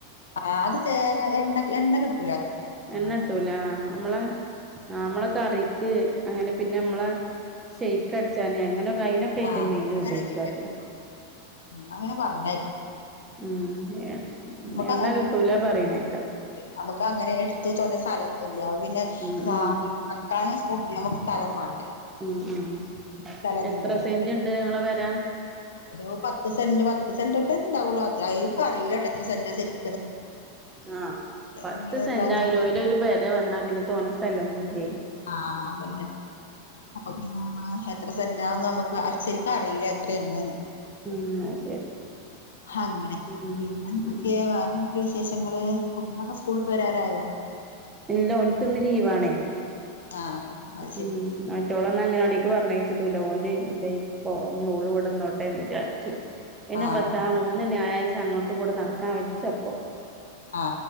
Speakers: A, on the left (about 65°); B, on the right (about 15°).
A: ആ അത് തേങ്ങ എണ്ണ എണ്ണ കിട്ട -
B: എണ്ണട്ടുംല നമ്മളെ ആ നമ്മളൊക്കെറി- അങ്ങനെ പിന്നെ നമ്മളെ ഷെയ്ക് അടിച്ചാന് അങ്ങനെ- കൈനൊക്കെ ആയിട്ട്
A: ആഹ്
B: മെയിനും
A: അങ്ങനെയൊക്കെ
B: ഉപയോഗിക്കത്
A: പറ്റുള്ളൂ. അങ്ങനെ പറഞ്ഞേ
B: ഉം എ എണ്ണ
A: അങ്ങനെ
B: കിട്ടൂല പറയനേക്കാ
A: നമുക്ക് അങ്ങനെ എടുത്തു തോനെ സ്ഥല- പിന്നെ
B: ഉം
A: വാഹനം
B: ഉം
A: വയ്ക്കാൻ നമുക്ക് സ്ഥലം വേണം
B: ഉം ഉം
A: സ്ഥലമില്ല
B: എത്ര സെന്റ് ഉണ്ട് നിങ്ങളെ പെര
A: ഓ പത്ത് സെന്റ് പ- പത്ത് സെൻ്റൊക്കെണ്ടാവുള്ളൂ അക്ക അറിയില്ലട്ടോ എത്ര സെന്റ -
B: ആ പത്ത്
A: ഇങ്ങനെ
B: സെൻ്റായാലോ
A: എന്താന്ന് അറിയില്ല
B: അതിലു ഒരു പെര വന്നാ പിന്നെ തോനെ സ്ഥലം ഒന്നുല്ലേ
A: ആ അതല്ലെ അപ്പൊ പിന്നെ നമ്മള എത്ര സെൻ്റാന്ന് നമുക്ക്- അത് ശരിക്കും അറിയില്ല എത്ര ഉണ്ടെന്ന്
B: ഉം അത് ശരി
A: അങ്ങനെ
B: ഉം
A: പിന്നെന്തൊക്കെ
B: ഉം
A: വേറെന്തൊക്കെ വിശേഷങ്ങള് കുട്ടികളൊക്കെ സ്കൂള് വരാരായോ
B: ഇല്ല ഓല്ക്ക്ന്ന് ലീവാണേ
A: ആഹ് അത് ശരി
B: ഉം മറ്റോളന്ന് അങ്ങനെവാടിക്ക് പറഞ്ഞച്ചിട്ടൂല ഓന് ടെ- പിന്നെ ഓൾ വിടന്നോട്ടെന്ന് വിചാരിച്ചു പിന്നെ
A: ആഹ്
B: പത്താ മൂന്ന് ഞായാഴ്ച അങ്ങോട്ടും ഇങ്ങോട്ടും നടക്കാൻ വിച്ചപ്പോ-
A: ആ